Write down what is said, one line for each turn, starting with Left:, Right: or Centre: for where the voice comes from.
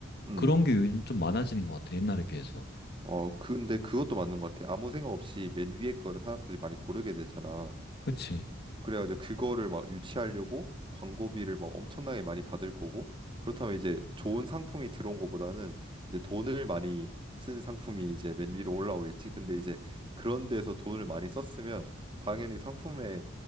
Right: 음.
Left: 그런 게 요즘 좀 많아지는 것 같아 옛날에 비해서.
Right: 어, 근데 그것도 맞는 것 같아. 아무 생각 없이 맨 위에 거를 사람들이 많이 고르게 되잖아.
Left: 그치?
Right: 그래가지고 그거를 막 유치하려고 광고비를 막 엄청나게 많이 받을 거고, 그렇다면 이제 좋은 상품이 들어온 것보다는 이제 돈을 많이 쓴 상품이 이제 맨 위로 올라오겠지. 근데 이제 그런 데서 돈을 많이 썼으면 당연히 상품의